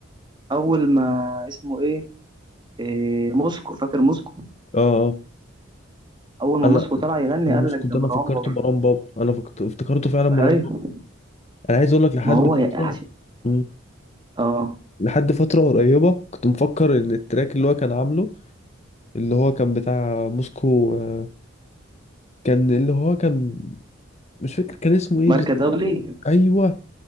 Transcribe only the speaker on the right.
اول ما اسمه ايه, إيه موسكو فاكر موسكو
اول ما
موسكو طلع يغني
قال
لك
ده
مروان بابلو
ايوه
ما هو
يا- عشان
اه
ماركة
دولي